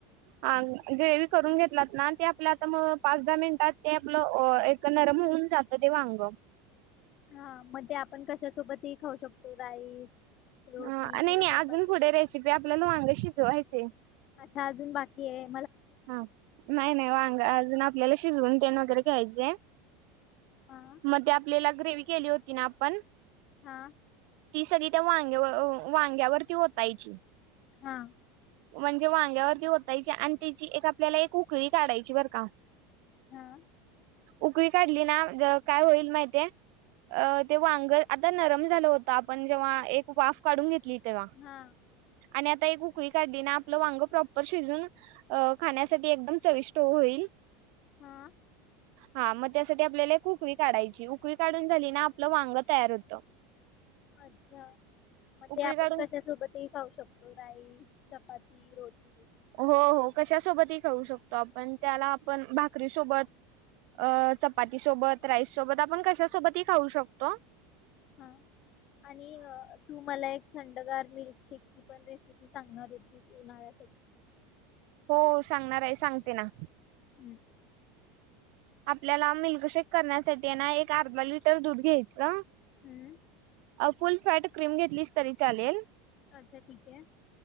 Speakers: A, on the right; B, on the left.
A: हा ग्रेवी करून घेतलात ना ते आपलं आता मग पाच दहा मिनिटात ते आपलं एक नरम होऊन जातं ते वांग
B: हा म तेवआपण कशा सोबत ते खाऊ शकतो. राईस रोटी
A: ह नाही
B: किंवा
A: नाही
B: चपाती
A: अजून पुढे रेसिपी आपल्याला वांग शिजवायचे
B: च्या अजून बाकी हे
A: हा नाही नाही वांग अज अजून आपल्याला शिजवून तेन वगैरे घ्यायचंय.
B: हा
A: मग ते आपल्याला ग्रेवी केली होती ना आपण
B: हा
A: ती सगळी त्या वांगेवर वांग्यावरती ओतायची.
B: हा
A: म्हणजे वांग्यावरती ओतायची आणि तिची एक आपल्याला एक उकळी काढायची बरं का? ती
B: हा
A: उकळी काढली ना काय होईल माहितीहाय अ ते वांग आता नरम झालं होत आपण जेव्हा एक वाफ काढून घेतली. तेव्हा
B: हा
A: आणि आता एक उकळी काढली ना आपलं वांग प्रॉपर शिजून अ खाण्यासाठी एकदम चविष्ट होईल.
B: ह अ
A: हा मग त्यासाठी आपल्याला एक उकळी काढायची उकळी काढून झाली ना आपलं वांग तयार होतं.
B: अच्छा मग
A: उकळी
B: ते आपण
A: काढून
B: कशा सोबतही खाऊ शकतो. राईस, चपाती, रोटी
A: हो हो कशा सोबतही खाऊ शकतो. आपण त्याला आपण भाकरी सोबत अ चपाती सोबत राईस सोबत आपण कश सोबतही खाऊ शकतो ह
B: हा आणि तू मला एक थंडगार मिल्कशेक ची पण रेसिपी सांगणार होतीस उन्हाळ्यासाठी
A: हो सांगणार आहे सांगते ना!
B: हम्म
A: आपल्याला मिल्कशेक करण्यासाठी ना एक अर्धा लिटर दूध घ्यायचं.
B: हम्म
A: अ फुल फॅट क्रीम घेतलीस तरी चालेल.
B: अच्छा ठीक आहे.